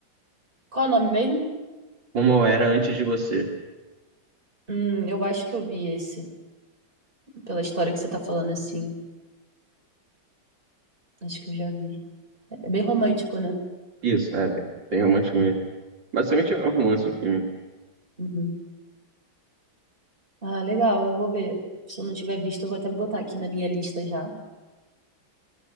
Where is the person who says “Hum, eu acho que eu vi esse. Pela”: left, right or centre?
Right